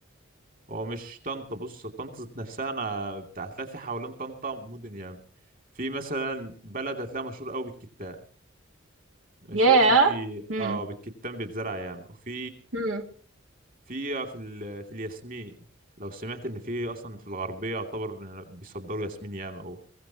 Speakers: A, on the right; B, on the right.
A: هو مش طنطا بص طنطا ذات نفسها انا بتاع هتلاقي في حوالين طنطا مدن يعني في مثلا بلد هتلاقيها مشهور قوي بالكتاب ماشي
B: ياه
A: في
B: مم.
A: اه بالكتان بيتزرع يعني وفي
B: مم.
A: في في ال... في الياسمين لو سمعت ان في اصلا في الغربيه يعتبر بيصدروا ياسمين ياما او